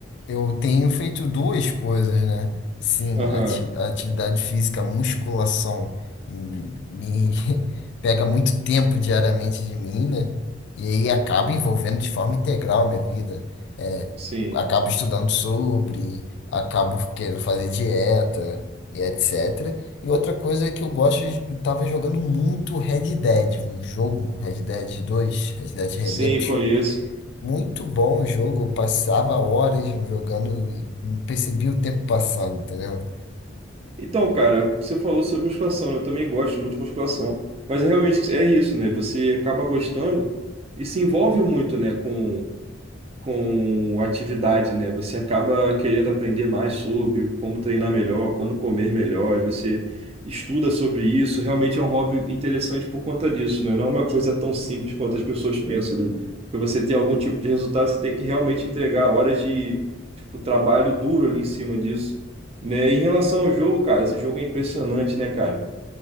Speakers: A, on the left (about 60°); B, on the right (about 30°).
A: Eu tenho feito duas coisas, né? Sim,
B: Aham,
A: ati- atividade física, musculação, hum, me <laughs> pega muito tempo diariamente de mim, né? E aí acaba envolvendo de forma integral a minha vida. É,
B: sim.
A: acabo estudando sobre, acabo querendo fazer dieta e etc. E outra coisa é que eu gosto, de- eu tava jogando muito Red Dead, o jogo, Red Dead dois Red Dead Redemption.
B: Sim, conheço.
A: Muito bom o jogo, eu passava horas jogando e não percebia o tempo passando, entendeu?
B: Então, cara, você falou sobre musculação, né? Eu também gosto muito de musculação, mas realmente é isso, né? Você acaba gostando e se envolve muito, né, com, com atividade, né? Você acaba querendo aprender mais sobre como treinar melhor, como comer melhor, e você estuda sobre isso. Realmente é um hobby interessante por conta disso, né? Não é uma coisa tão simples quanto as pessoas pensam, né? Para você ter algum tipo de resultado, você tem que realmente entregar horas de, tipo, trabalho duro ali em cima disso. Né? Em relação ao jogo, cara, esse jogo é impressionante, né, cara?